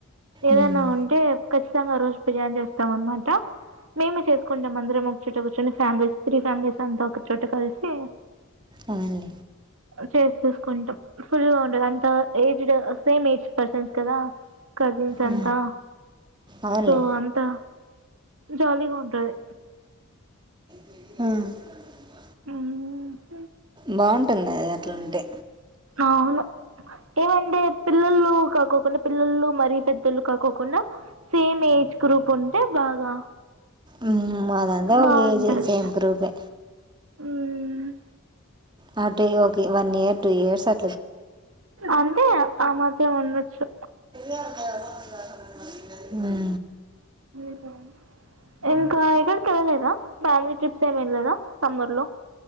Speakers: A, on the right; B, on the right.
A: ఏదైనా
B: ఉమ్,
A: ఉంటే. ఖచ్చితంగా రోజు బిర్యానీ చేస్తాం అనమాట. మేము చేసుకుంటాం అందరం ఒకచోట కూర్చొని. ఫ్యామిలీస్ త్రీ ఫ్యామిలీస్ అంతా ఒక చోట కలిసి.
B: అవునులే
A: చేసిసుకుంటాం ఫుల్గా ఉండదు అంత. ఏజడ్ సేమ్ ఏజ్ పర్సన్స్ కదా. కజిన్స్
B: ఆ,
A: అంటా
B: అవునులే
A: సో అంతా జోలీగా ఉంటది.
B: <inaudible>
A: <inaudible>
B: బావుంటది గదే అట్లున్టే
A: అవును ఏమంటే పిల్లల్లూ కాకో కాకుండా పిల్లల్లు మరీ పెద్దోల్లు కాకోకుండ సేమ్ ఏజ్ గ్రూప్ ఉంటే బాగా
B: మ్మ్, మాదంతా
A: బావుంటది
B: ఒక ఏజ్ సేమ్ గ్రూపే
A: ఉమ్
B: హ్యాపీగా ఒకి వన్ ఇయర్ టూ ఇయర్స్ అ
A: అంతే ఆ మాత్రం ఉండొచ్చు.
B: <inaudible>
A: <inaudible> ఇంకా ఎక్కడికెళ్లలేదా ఫ్యామిలీ ట్రిప్స్ ఏం ఎల్లలేదా సమ్మర్ లో